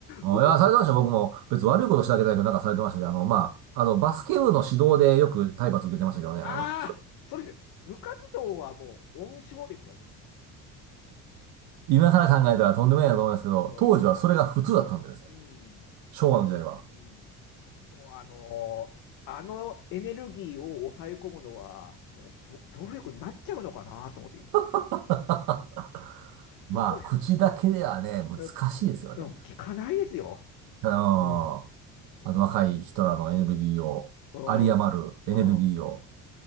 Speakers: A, on the left; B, on the right.
A: 僕は
B: うんいや、されてましたよ。僕も別に悪いことしてあげたいけど、なんかされてましたし、あの、まあ、あの、バスケ部の指導でよく体罰受けてましたけどね。
A: ああ、
B: あの、
A: それで、部活動はもう温床でしたよね。
B: 今から考えたらとんでもないなと思いますけど、
A: もう、
B: 当時はそれが普通だったんでですね。
A: うん、
B: 昭和の時代は。
A: うん。でも、あの、あのエネルギーを抑え込むのは、もうぼ暴力になっちゃうのかなと思って、
B: <laughs> まあ、
A: どうですか
B: 口だけではね、難しいですよね。
A: えうん、聞かないですよ。
B: うん。あ
A: うん、うん、
B: の、若い人らのエネルギーを、
A: うん、
B: 有り余るエネルギーを、
A: うん